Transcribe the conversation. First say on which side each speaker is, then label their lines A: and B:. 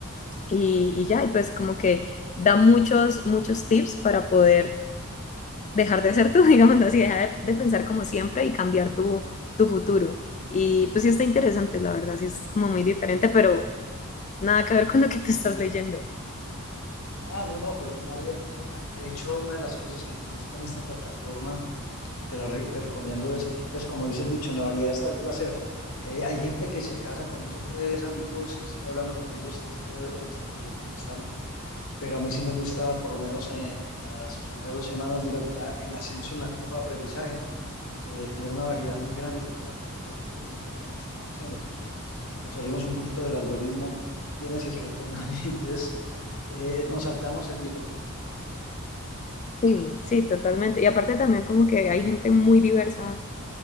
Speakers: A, on the left; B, on the left.
A: y, y ya, y pues como que da muchos, muchos tips para poder dejar de ser tú, <laughs> digamos así, dejar de, de pensar como siempre y cambiar tu, tu futuro. Y pues sí está interesante, la verdad, sí es como muy diferente, pero nada que ver con lo que tú estás leyendo.
B: Ah, no, no, pero suena bien. Eh, De hecho, una de las cosas que me gusta en esta plataforma te, la re- te recomiendo es, pues como dice el dicho, en la variedad está el placer. Eh, hay gente que se casa con dos o tres amigos y sigue hablando con ellos en este, en este proyecto que estamos, pero a mí sí me gusta, por lo menos en, en las primeras dos semanas, durante la- el ascenso en la curva de aprendizaje, eh, tener una variedad muy grande precisamente por lo que- el intercambio que estamos haciendo, porque nos salimos un poquito del algoritmo, el que tú tienes y el que me ponen a mí, <laughs> entonces eh, nos saltamos el viejo truco.
A: Sí. Sí, totalmente. Y aparte también como que hay gente muy diversa